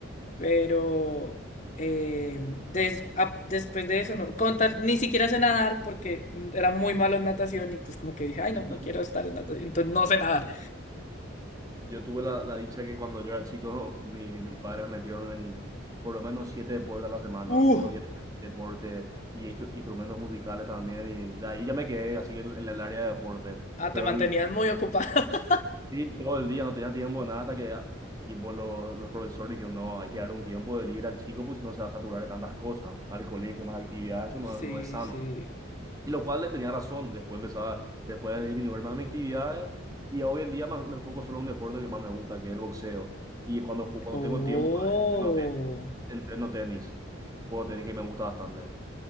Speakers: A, on the left; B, on the right.
A: Pero eh, des- a- después de eso, no, con tal- ni siquiera sé nadar porque era muy malo en natación y pues como que dije, ay, no,
B: <laughs>
A: no quiero estar en natación, entonces no sé nadar.
B: Yo tuve la, la dicha que cuando yo era chico, mi- mis padres me metieron en por lo menos siete deportes a la semana,
A: Uh,
B: todos los días tenía deporte y instru- instrumentos musicales también, y de ahí ya me quedé así en, en el área de deporte.
A: ah,
B: Pero
A: te mantenías
B: el-
A: muy ocupado. <laughs>
B: sí, todo el día no tenía tiempo de nada hasta que ah, tipo, los, los profesores dijeron, no, hay que darle un tiempo de libre al chico, pues si no se va a saturar de tantas cosas, al colegio, más actividades, eso no,
A: Sí,
B: es- no es sano.
A: sí.
B: Y lo cual le tenía razón, después empezaba, después de disminuir más mis actividades y hoy en día más- me enfoco solo en un deporte que más me gusta, que es el boxeo. Y cuando, ju- cuando
A: Oh.
B: tengo tiempo, entreno, te- entreno tenis, juego tenis que me gusta bastante.